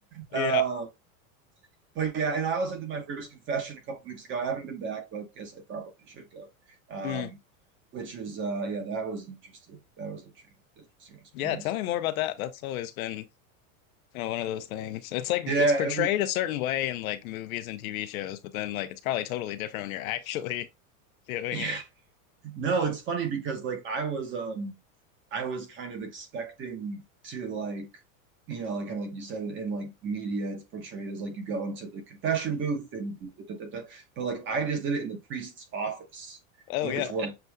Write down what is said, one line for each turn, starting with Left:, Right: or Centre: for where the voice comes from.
Left: Yeah.
Right: Uh, but yeah, and I also did my first confession a couple of weeks ago. I haven't been back, but I guess I probably should go. Um,
Left: Mm.
Right: which is uh, yeah, that was interesting. That was an interesting, interesting experience.
Left: Yeah, tell me more about that. That's always been you know, one of those things. It's like
Right: Yeah,
Left: it's portrayed
Right: it was.
Left: a certain way in like movies and TV shows, but then like it's probably totally different when you're <laughs> actually doing
Right: Yeah,
Left: it.
Right: No, it's funny because like I was um I was kind of expecting to like you know like kind of like you said in like media it's portrayed as like you go into the confession booth and da, da, da, da, but like I just did it in the priest's office
Left: Oh
Right: which
Left: yeah.
Right: was